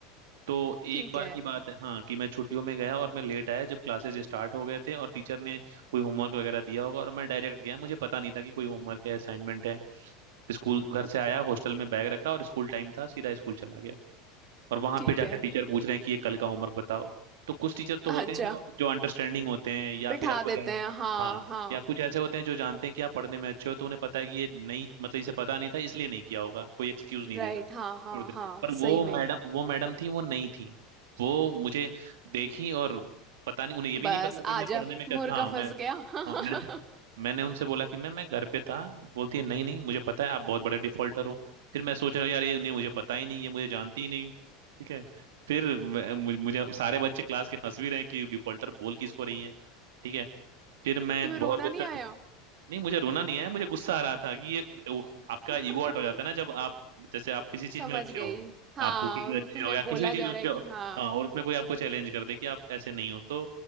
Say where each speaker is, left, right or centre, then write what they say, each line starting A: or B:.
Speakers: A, on the right (about 75°); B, on the right (about 35°).
A: तो
B: <laughs>
A: एक
B: ठीक
A: बार
B: है
A: की बात है हाँ कि मैं छुट्टियों में गया और मैं लेट आया जब क्लासेस स्टार्ट हो गए थे और टीचर ने कोई होमवर्क वगैरह दिया होगा और मैं डायरेक्ट गया मुझे पता नहीं था कि कोई होमवर्क है असाइनमेंट है स्कूल घर से आया हॉस्टल में बैग रखा और स्कूल टाइम था सीधा स्कूल चला गया और वहां
B: ठीक
A: पे जाकर
B: है
A: टीचर पूछ रहे हैं कि ये कल का होमवर्क बताओ तो कुछ टीचर तो होते
B: अच्छा
A: हैं जो जो अंडरस्टैंडिंग होते हैं या
B: बिठा
A: फिर आपको
B: देते
A: जान
B: हैं हाँ
A: हाँ
B: हाँ
A: या कुछ ऐसे होते हैं जो जानते हैं कि आप पढ़ने में अच्छे हो तो उन्हें पता है कि ये नहीं मतलब इसे पता नहीं था इसलिए नहीं किया होगा कोई एक्सक्यूज नहीं
B: राइट
A: दे रहा
B: हाँ हाँ
A: छोड़ दे
B: हाँ
A: पर वो
B: सही में
A: मैडम वो मैडम थी वो नहीं थी वो मुझे देखी और पता नहीं उन्हें ये भी
B: बस
A: नहीं पता कि
B: आजा
A: मैं पढ़ने में कैसा
B: मुर्गा
A: हाँ मैं
B: फंस गया <laughs>
A: हाँ मेरे मैंने उनसे बोला कि मैम मैं घर पे था बोलती है नहीं नहीं मुझे पता है आप बहुत बड़े डिफॉल्टर हो फिर मैं सोच रहा हूँ यार ये नहीं मुझे पता ही नहीं ये मुझे जानती ही नहीं ठीक है फिर मैं- मुझे मुझे- सारे बच्चे क्लास के हंस भी रहे हैं कि डिफॉल्टर बोल किसको रही है ठीक है फिर मैं
B: तुम्हें
A: बहुत
B: रोना
A: देर
B: नहीं
A: तक
B: आया
A: नहीं मुझे रोना नहीं है मुझे गुस्सा आ रहा था कि ये वो, आपका
B: <laughs>
A: ईगो आउट हो जाता है ना जब आप जैसे आप किसी चीज
B: समझ
A: में अच्छे
B: गई
A: हो
B: हाँ
A: आप कुकिंग
B: और
A: में
B: वो
A: अच्छे
B: तुम्हें
A: हो या किसी
B: बोला
A: भी चीज
B: जा
A: में अच्छे
B: रहा है
A: हो
B: कि हाँ
A: हाँ और उसमें कोई आपको चैलेंज कर दे कि आप ऐसे नहीं हो तो